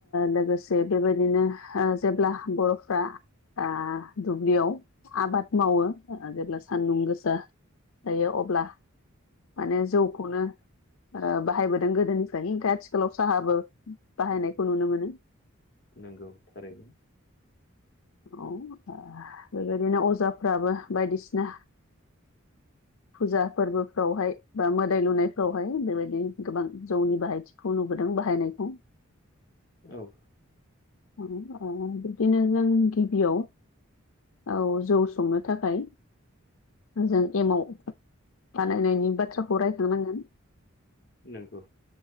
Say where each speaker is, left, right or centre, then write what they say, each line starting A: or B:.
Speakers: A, on the left (about 70°); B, on the left (about 45°).
A: लोगोसे बेबायदिनो ओ जेब्ला बर'फ्रा ओ दुब्लियाव आबाद मावो जेब्ला सान्दुं गोसा जायो अब्ला माने जौखौनो ओ। बाहायबोदों गोदोनिफ्रायनो नाथाय आथिखालाव साहाबो बाहायनायखौ नुनो मोनो।
B: नंगौ थारैनो।
A: औ बेबायदिनो अजाफ्राबो बायदिसिना फुजा फोरबोफ्रावहाय बा मोदाय लुनायफ्रावहाय बेबायदि गोबां जौनि बाहायथि खौ नुबोदों बाहायनायखौ
B: औ।
A: अ <unintelligible> नों गिबियाव औ जौ संनो थाखाय जों एमाव बानायनायनि बाथ्राखौ रायखांनांगोन-
B: नंगौ